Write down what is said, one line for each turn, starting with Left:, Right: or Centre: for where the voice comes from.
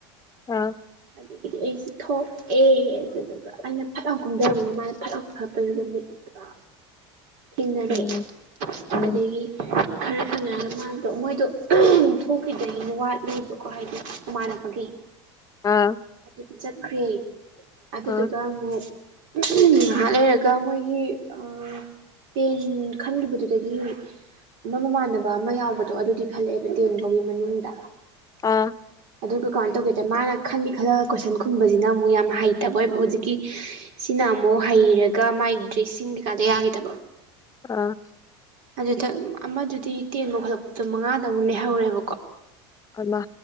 Left: ꯑ
Right: ꯑꯗꯒꯤꯗꯤ ꯑꯩꯁꯦ ꯊꯣꯂꯛꯑꯦ ꯑꯗꯨꯗꯨꯒ ꯑꯩꯅ ꯐꯠꯂꯥꯎ ꯀꯨꯝꯗꯕꯖꯤꯗ ꯃꯥꯅ ꯐꯠꯂꯥꯎ ꯐꯂꯛꯄꯁꯤꯗ ꯃꯤꯠ ꯑ ꯊꯦꯡꯅꯔꯦ
Left: ꯎꯝ ꯎꯝ
Right: ꯑꯗꯒꯤ ꯈꯔ ꯈꯅꯔꯒ ꯃꯥꯗꯣ ꯃꯣꯏꯗꯣ ꯊꯣꯛꯈꯤꯗ꯭ꯔꯤꯅ ꯋꯥꯠꯂꯤꯕꯀꯣ ꯍꯥꯏꯗꯤ ꯃꯃꯥꯟꯅꯕꯒꯤ
Left: ꯎꯝ
Right: ꯑꯗꯨꯒꯤ ꯆꯠꯈ꯭ꯔꯦ ꯑꯗꯨꯗꯨꯒ
Left: ꯑꯥ
Right: ꯑꯃꯨꯛ ꯉꯥꯍꯥꯛ ꯂꯩꯔꯒ ꯃꯣꯏꯒꯤ ꯑꯝ ꯇꯦꯟ ꯈꯟꯒꯤꯕꯗꯨꯗꯒꯤ ꯑꯃ ꯃꯃꯥꯟꯅꯕ ꯑꯃ ꯌꯥꯎꯕꯗꯣ ꯑꯗꯨꯗꯤ ꯈꯜꯂꯛꯑꯦꯕ ꯇꯦꯟ ꯕꯥꯎꯒꯤ ꯃꯅꯨꯡꯗ
Left: ꯑ
Right: ꯑꯗꯨꯒ ꯀꯃꯥꯏꯟ ꯇꯧꯒꯦꯗ ꯃꯥꯅ ꯈꯟꯗꯤ ꯈꯜꯂꯒ ꯀꯣꯏꯁꯟ ꯈꯨꯝꯕꯖꯤꯅ ꯑꯃꯨꯛ ꯌꯥꯝ ꯍꯩꯇꯕ ꯑꯣꯏꯕ ꯍꯧꯖꯤꯛꯀꯤ ꯁꯤꯅ ꯑꯃꯨꯛ ꯍꯩꯔꯒ ꯃꯥꯏ ꯗ꯭ꯔꯦꯁꯁꯤꯡ ꯀꯩꯀꯥꯗ ꯌꯥꯒꯤꯗꯕ
Left: ꯑꯥ
Right: ꯑꯗꯨꯗ ꯑꯃꯗꯨꯗꯤ ꯇꯦꯟꯕꯧ ꯈꯜꯂꯛꯄꯗꯣ ꯃꯉꯥꯗ ꯑꯃꯨꯛ ꯂꯩꯍꯧꯔꯦꯕꯀꯣ
Left: ꯑꯃ